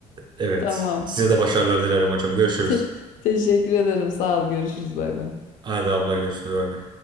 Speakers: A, on the right (about 30°); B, on the left (about 65°).
A: evet.
B: Tamam.
A: Size de başarılar dilerim hocam. Görüşürüz.
B: Te- teşekkür ederim. Sağ ol. Görüşürüz. Bay bay.
A: Hadi abla görüşürüz. Bay bay.